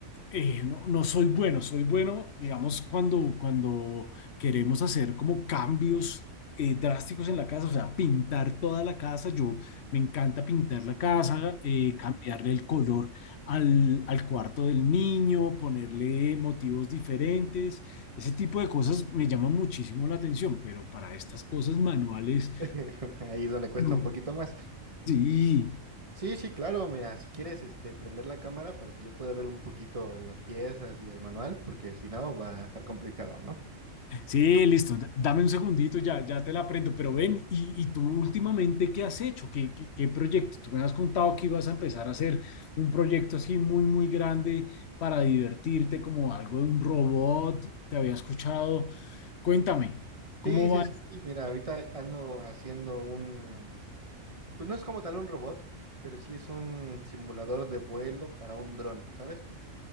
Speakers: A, on the left; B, on the right.
A: eh, no, no soy bueno, soy bueno, digamos, cuando, cuando queremos hacer como cambios eh, drásticos en la casa, o sea, pintar toda la casa, yo me encanta pintar la casa, eh, cambiarle el color al, al cuarto del niño, ponerle motivos diferentes, ese tipo de cosas me llaman muchísimo la atención, pero para estas cosas manuales,
B: <laughs> Ahí es donde cuesta
A: no.
B: un poquito más.
A: sí.
B: Sí, sí, claro, mira, si quieres, este, prender la cámara para que yo pueda ver un poquito las piezas y el manual, porque si no va a estar complicado, ¿no?
A: Sí, listo. D- Dame un segundito, ya, ya te la aprendo. Pero ven, ¿y, y tú últimamente qué has hecho? ¿Qué, qué, qué proyecto? Tú me has contado que ibas a empezar a hacer un proyecto así muy, muy grande para divertirte, como algo de un robot. Te había escuchado. Cuéntame, ¿cómo
B: Sí, sí,
A: va?
B: sí, sí, mira, ahorita ando haciendo un, pues no es como tal un robot, pero sí es un simulador de vuelo para un dron, ¿sabes?